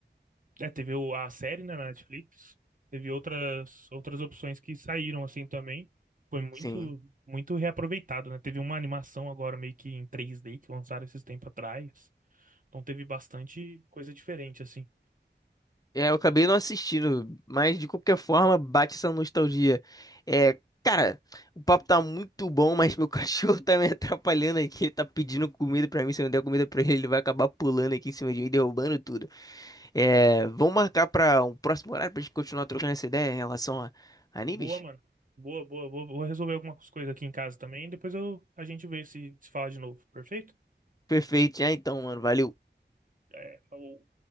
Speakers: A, on the right (about 45°); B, on the left (about 20°).
A: É, teve o- a série né, na Netflix, teve outras outras opções que saíram assim também. Foi muito
B: Sim.
A: muito reaproveitado, né? Teve uma animação agora meio que em 3D que lançaram esses tempos atrás. Então teve bastante coisa diferente assim.
B: É, eu acabei não assistindo, mas de qualquer forma bate essa nostalgia. É, cara, o papo tá muito bom, mas meu <laughs> cachorro tá me atrapalhando aqui. Ele tá pedindo comida pra mim. Se eu não der comida pra ele, ele vai acabar pulando aqui em cima de mim, derrubando tudo. É, vamos marcar pra um próximo horário pra gente continuar trocando essa ideia em relação a animes?
A: Boa, mano. Boa, boa. Vou, vou resolver algumas coisas aqui em casa também. Depois eu, a gente vê se se fala de novo. Perfeito?
B: Perfeito, já então, mano. Valeu.
A: É, falou.